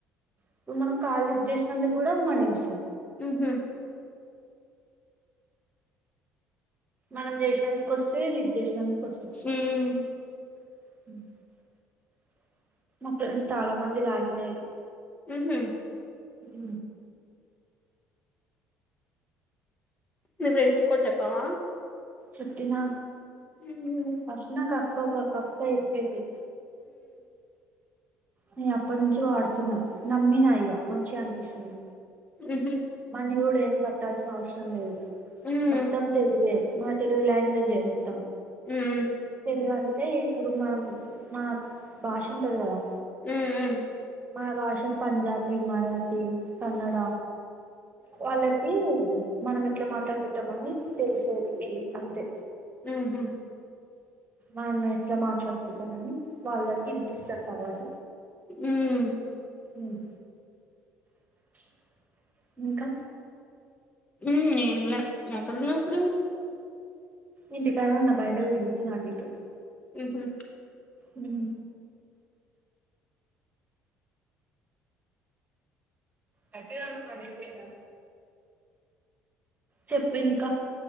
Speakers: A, on the right; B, on the left.
A: ఇప్పుడు మనం కాల్ లిఫ్ట్ చేస్ నందుకు కూడా మనీ వాస్
B: ఉహు
A: మనం చేసినందుకు వస్తే లిఫ్ట్ చేసినందుకు వస్తాయి
B: ఊమ్
A: <unintelligible> మా ఫ్రెండ్స్ చాలామంది లాగినయారు
B: ఆహ
A: ఊ
B: మీ ఫ్రెండ్స్ కూడా చెప్పావా
A: చెప్పిన
B: ఉమ్
A: ఫస్ట్ నాకు అక్క ఒక అక్క చెప్పింది. నేను అప్పటి నుంచి వాడుతున్నా నమ్మినా ఇగ మంచిగా అనిపిస్తుంది
B: ఉహు
A: మనీ కూడా ఎమ్ కట్టాల్సిన అవసరం లేదు తొమ్మిది
B: ఉమ్
A: మొత్తం తెలుగే తెలుగు లాంగ్వేజే మొత్తం
B: ఉమ్
A: తెలుగంతె ఇప్పుడు మనం మన భాష ఉంటుంది కదా
B: ఉమ్ ఉ
A: మా భాష పంజాబీ మరాఠీ కన్నడ వాళ్ళకీ మనం ఇట్లా మాట్లాడు మని తెలిసేది ఇది అంతే
B: ఉహు
A: మనం ఎట్లా మాట్లాడుకుంటాన్న మని వాళ్ళకి ఇనిపిస్తారు తర్వాత
B: ఉమ్
A: ఉమ్ <inaudible> ఇంకా
B: ఉమ్ ఏంలా ఎక్కడున్నావ్ ఇప్పుడు
A: ఇంటి కాడనె ఉన్న బయట తిరుగుతున్న అటు ఇటు
B: ఉ హు
A: ఉహు గట్టిగా అరవరు పనీ అయిపోయిందా చెప్పు ఇంకా